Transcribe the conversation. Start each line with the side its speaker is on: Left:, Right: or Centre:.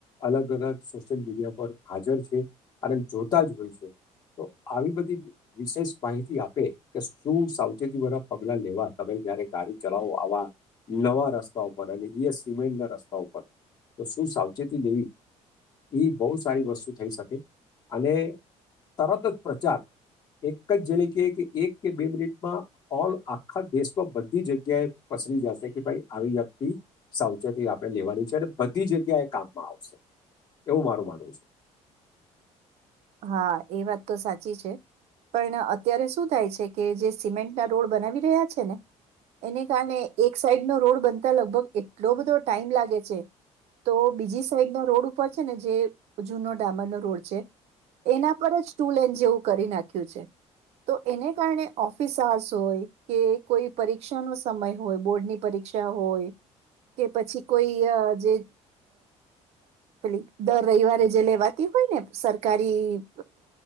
Left: અલગ અલગ સોશિયલ મીડિયા પર હાજર છે અને જોતા જ હોય છે તો આવી બધી વિશેષ માહિતી આપે કે શું સાવચેતીવાળા પગલાં લેવા તમે જયારે ગાડી ચલાવો આવા નવા રસ્તા ઉપર અને એ સિમેન્ટના રસ્તા ઉપર તો શું સાવચેતી લેવી એ બહુ સારી વસ્તુ થઈ શકે અને તરત જ પ્રચાર એક જ જેને ક કે એક કે બે મિનિટમાં ઓલ આખા દેશમાં બધી જગ્યાએ પસરી જશે કે ભાઈ આવી જાક્તિ સાવચેતી આપણે લેવાની છે અને બધી જગ્યા એ કામમાં આવશે એવું મારું માનવું છે.
Right: હા એ વાત તો સાચી છે પણ અત્યારે શું થાય છે કે જે સિમેન્ટ ના રોડ બનાવી રહ્યા છે ને એને કારણે એક સાઈડનો રોડ બનતા લગભગ એટલો બધો ટાઈમ લાગે છે તો બીજી સાઈડનો રોડ ઉપર છે ને જે જૂનો ડામરનો રોડ છે. એના પર જ ટુ લન જેવું નાખ્યું છે તો એને કારણે ઓફિસર્સ હોય કે કોઈ પરીક્ષાનો સમય હોય બોર્ડની પરીક્ષા હોય કે, પછી કોઈ જે પેલી, દર રવિવારે જે લેવાતી હોય ને સરકારી